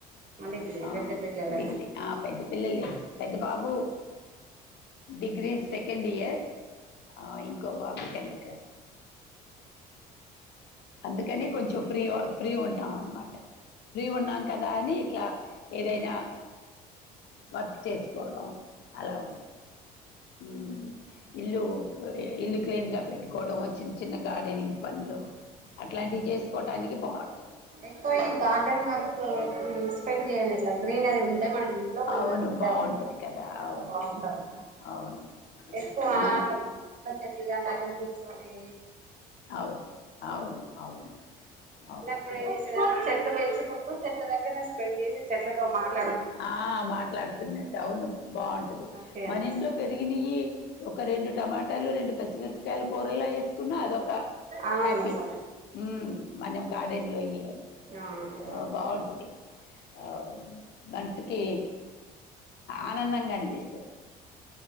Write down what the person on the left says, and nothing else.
ఆ
డిగ్రీ ఆ పెద్ద పిల్లలె పెద్ద బాబు డిగ్రీ సెకండ్ ఇయర్ ఆ ఇంకొ బాబు టెన్త్ క్లాస్ అందుకనే కొంచెం ఫ్రీఓ ఫ్రీ ఉంటాం అన్మట్ ఫ్రీ ఉన్నాం కదా అని ఇట్ల ఏదైనా వర్క్ చేస్కోడం అల ఉంటది ఉమ్ ఇల్లూ ఇల్లు క్లీన్గా పెట్కోటం చిన్చిన్న గార్డెనింగ్ పన్లు అట్లాంటివి చేస్కోటానికి కి బావ్
అవును
బాగుంటది కదా
అవునవును
అవును
మన
అవును అవును అవును అవును
ఆ మాట్లాడుతున్నట్టు, అవును బాగుంట్
మన
ఇంట్లో పెరిగినయి, ఒక రెండు టమాటాలు, రెండు పచ్చిమిరపకాయలు కూరలు అదొక
హ్యాపీ,
ఉమ్ మనం గార్డెన్ లోయ్యి
ఆ బాగుంటది, ఆ మనసుకి, ఆనందంగా అనిపిత్